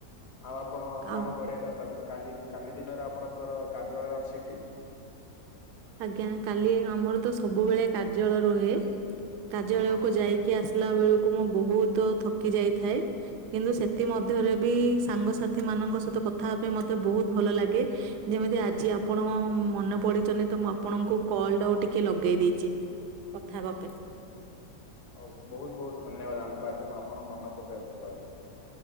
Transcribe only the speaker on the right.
ଆଉ
ଆଜ୍ଞା କାଲି ଆମର ତ ସବୁବେଳେ କାର୍ଯ୍ୟାଳୟ ରୁହେ। କାର୍ଯ୍ୟାଳୟକୁୁ
ଯାଇ କି ଆସିଲା ବେଳକୁ ମୁଁ ବହୁତ ଥକି ଯାଇଥାଏ। କିନ୍ତୁ ସେଥି
ମଧ୍ୟରେ ବି ସାଙ୍ଗସା ଥୀ ମାନଙ୍କ ସହିତ କଥା ହେବା ପାଇଁ ମତେ ବହୁତ ଭଲ ଲାଗେ। ଯେମିତି ଆଜି ଆପଣ ମନେ ପଡିଛନ୍ତି। ତ ମୁଁ ଆପଣଙ୍କୁ କଲଟାକୁ ଟିକେ ଲଗେଇ ଦେଇଛି। କଥାହେବା ପାଇଁ।